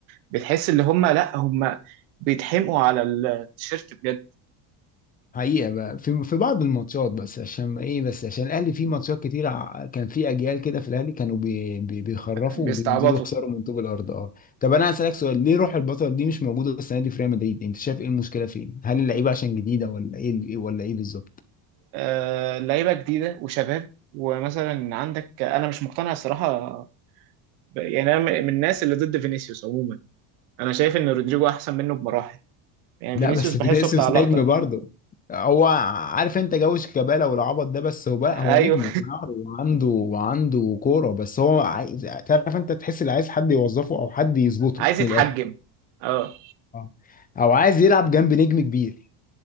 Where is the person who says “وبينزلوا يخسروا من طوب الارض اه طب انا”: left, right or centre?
Left